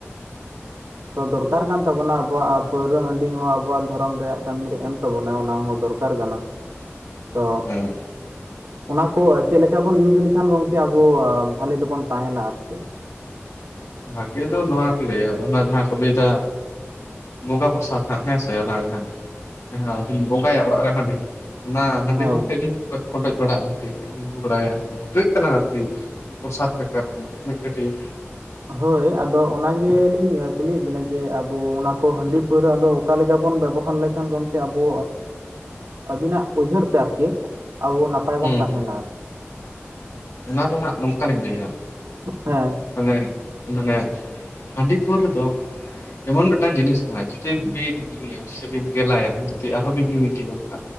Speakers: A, on the right (about 75°); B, on the left (about 75°).
A: ᱛᱚ ᱫᱚᱨᱠᱟᱨ ᱠᱟᱱ ᱛᱟᱵᱚᱱᱟ ᱟᱵᱚᱣᱟᱜ ᱯᱟᱹᱣᱨᱟᱹ ᱦᱟᱺᱰᱤ ᱦᱚᱸ ᱟᱵᱚᱣᱟᱜ ᱫᱷᱚᱨᱚᱢ ᱨᱮᱭᱟᱜ ᱠᱟᱹᱢᱤᱨᱮ ᱮᱢ ᱛᱟᱵᱚᱱᱟᱭ ᱚᱱᱟ ᱦᱚᱸ ᱫᱚᱨᱠᱟᱨ ᱾ ᱫᱚᱨᱠᱟᱨ ᱠᱟᱱᱟ ᱛᱚ᱾
B: ᱦᱮᱸ᱾
A: ᱚᱱᱟ ᱠᱚ ᱪᱮᱫ ᱞᱮᱠᱟ ᱵᱚᱱ ᱤᱭᱩᱡᱽ ᱞᱮᱠᱷᱟᱱ ᱜᱚᱝᱠᱮ ᱟᱵᱚ ᱵᱷᱟᱹᱞᱤ ᱫᱚᱵᱚᱱ ᱛᱟᱦᱮᱱᱟ ᱟᱨᱠᱤ?
B: ᱵᱷᱟᱜᱤ ᱫᱚ ᱱᱚᱣᱟ ᱠᱚ ᱞᱟᱹᱭᱟ ᱚᱱᱟ ᱡᱟᱦᱟᱸ ᱠᱚ ᱞᱟᱹᱭᱮᱫᱟ, ᱵᱚᱸᱜᱟ ᱯᱨᱚᱥᱟᱫᱽ ᱦᱟᱸᱜ ᱦᱮᱸ ᱥᱮ ᱚᱱᱟᱜᱮ ᱦᱟᱸᱜ ᱦᱮᱸ, ᱟᱫᱚᱧ ᱵᱚᱸᱜᱟᱭᱟ ᱚᱲᱟᱜ ᱨᱮ ᱦᱟᱺᱰᱤ ᱚᱱᱟ ᱦᱟᱺᱰᱤ
A: ᱦᱮᱸ
B: <unintelligible> ᱞᱤᱧ ᱵᱚᱸᱜᱟᱭ᱾ ᱵᱚᱰᱚᱡ ᱵᱟᱲᱟᱜᱼᱟ ᱟᱨᱠᱤ ᱠᱟᱹᱡ ᱵᱟᱲᱟᱭᱟ ᱟᱨᱠᱤ ᱠᱟᱹᱡ ᱛᱟᱞᱟᱝ ᱟᱨᱠᱤ᱾ ᱯᱨᱚᱥᱟᱛ ᱞᱮᱠᱟ ᱟᱨᱠᱤ ᱢᱤᱫ ᱠᱟᱹᱴᱤᱜ᱾
A: ᱦᱳᱭ, ᱟᱫᱚ ᱚᱱᱟ ᱜᱮ ᱞᱤᱧ ᱠᱩᱞᱤᱭᱮᱫ ᱵᱮᱱᱟ ᱡᱮ ᱟᱵᱚ ᱚᱱᱟᱠᱚ ᱦᱟᱺᱰᱤ ᱯᱟᱹᱣᱨᱟᱹᱫᱚ, ᱚᱠᱟ ᱞᱮᱠᱟ ᱵᱚᱱ ᱵᱮᱵᱚᱦᱟᱨ ᱞᱮᱠᱷᱟᱱ ᱜᱚᱝᱠᱮ ᱟᱵᱚ ᱟᱹᱵᱤᱱᱟᱜ ᱩᱭᱦᱟᱹᱨ ᱛᱮ ᱟᱨᱠᱤ, ᱟᱵᱚ ᱱᱟᱯᱟᱭ
B: ᱦᱩᱸ
A: ᱵᱚᱱ ᱛᱟᱦᱮᱱᱟ
B: ᱦᱩᱸ
A: ᱟᱨᱠᱤ᱾
B: ᱚᱱᱟ ᱫᱚ ᱦᱟᱸᱜ ᱱᱚᱝᱠᱟ ᱞᱤᱧ ᱞᱟᱹᱭᱟ,
A: ᱦᱮᱸ
B: ᱢᱟᱱᱮ ᱢᱟᱱᱮ ᱦᱟᱺᱰᱤ ᱯᱟᱹᱣᱨᱟᱹ ᱫᱚ, ᱮᱢᱚᱱ ᱢᱤᱫᱴᱟᱝ ᱡᱤᱱᱤᱥ ᱠᱟᱱᱟ ᱪᱤᱴᱤ ᱵᱩᱴᱤ, ᱧᱩᱭᱟ ᱥᱮᱵᱤᱱ ᱜᱮᱞᱟᱭᱟ ᱡᱩᱫᱤ ᱟᱨᱦᱚᱸ ᱵᱤᱱ ᱧᱩᱭ ᱤᱫᱤᱭᱟ ᱚᱱᱠᱟ